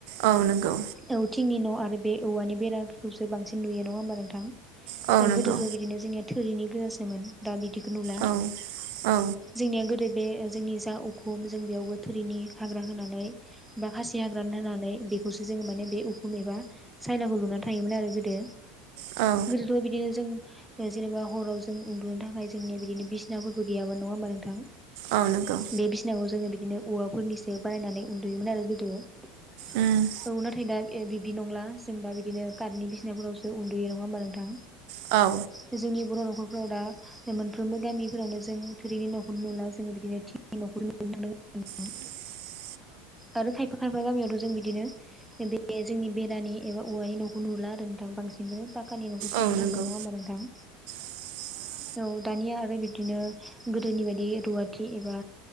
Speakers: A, on the right; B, in the centre.
A: औ नंगौ।
B: औ थिंनि न' आरो बे औवानि बेराफोरखौसो बांसिन नुयो नङा होमबा नोंथां?
A: औ नंगौ
B: गोदोथ' बिदिनो जोंनिया थोरिनि गोजासोमोन दा बिदिखौ नुला
A: औ औ
B: जोंनिया गोदो बे जोंनि दा उखुम जों बेयावबो थोरिनि हाग्रा होनानै बा खासि हाग्रा हानानै बेखौसो जोङो माने बे उखुम एबा सायनाखौ लुनानै थायोमोन आरो गोदो।
A: औ
B: गोदोथ' बिदिनो जों जेनबा हराव जों उन्दुनो थाखाय जोंनिया बिदिनो बिसिनाफोरबो गैयामोन नङा होमबा नोंथां।
A: औ नंगौ
B: बे बिसिनाखौ जोङो बिदिनो औवाफोरनिसो बानायनानै उन्दुयोमोन आरो गोदो। औ
A: उम
B: नाथाय दा बिब्दि नंला जों दा बिदिनो कार्टनि बिसिनाफोरावसो उन्दुयो नङा होमबा नोंथां।
A: औ
B: बे जोंनि बर' न'खर फोराव दा मोनफ्रोमबो गामिफोरावनो जों थुरिनि न'खौनो नुला जोङो बिदिनो थिंनि न'खौ नुनो मोनदों आरोना नोंथां।
A: <inaudible>
B: आरो खायफा खायफा गामियावथ' जों बिदिनो बे जोंनि बेरानि एबा औवानि न'खौ नुला नोंथां बांसिनै पाख्खानि न'खौसो
A: औ
B: नुनो
A: नंगौ
B: थांदों नङा होमबा नोंथां?
A: <inaudible>
B: औ दानिया आरो बिदिनो गोदोनि बायदि रुवाथि एबा